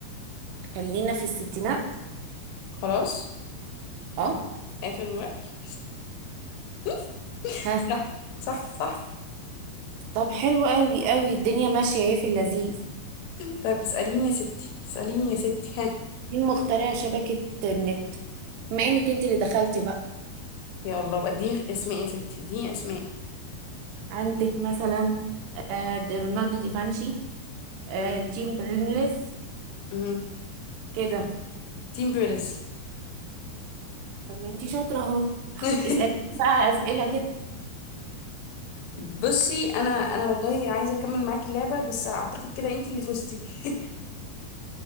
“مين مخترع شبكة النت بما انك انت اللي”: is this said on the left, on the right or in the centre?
Right